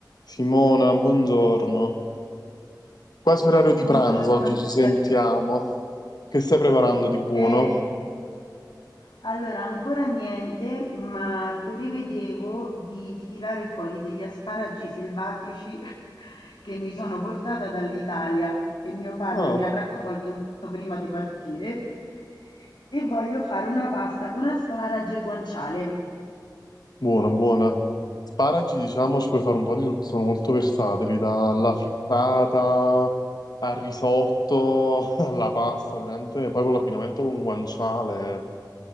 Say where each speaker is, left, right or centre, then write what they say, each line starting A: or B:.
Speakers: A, on the left (about 60°); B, on the left (about 85°).
A: Simona, buongiorno. Quasi orario di
B: Buongiorno
A: pranzo, oggi
B: Mattia.
A: ci sentiamo. Che stai preparando di buono?
B: Eh, allora, ancora niente, ma prevedevo di tirare fuori degli asparagi selvatici <laughs> che mi sono portata dall'Italia, che mio padre
A: Ah,
B: mi ha raccolto il giorno prima di partire, e voglio fare una pasta con asparagi e guanciale.
A: buona, buona. Sparagi, diciamo, ci puoi fare un po' di tutto, sono molto versatili, dalla frittata al risotto, <laughs> alla pasta, veramente. Poi con l'abbinamento con guanciale,